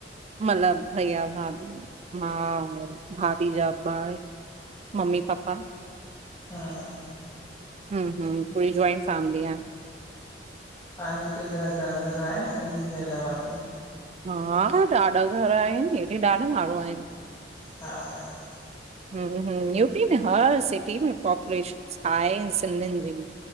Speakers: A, on the right; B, on the left.
A: मतलब भैया- भाभी, मां, भाभी जा ॿार। मम्मी- पापा।
B: हम्म
A: हुं, पूरी जॉइंट फैमिल आहे।
B: तहांजे हुते जी जा घर आहिनि? सिंधियुनि जे इलाबाद में? <unintelligible>
A: हा ॾाढा घर आहिनि, हेॾे ॾाढा माण्हू आहिनि।
B: <unintelligible>
A: <unintelligible> यूपी में हा सिटी में पॉपुलेशन आहे। सिंधियुनि जी,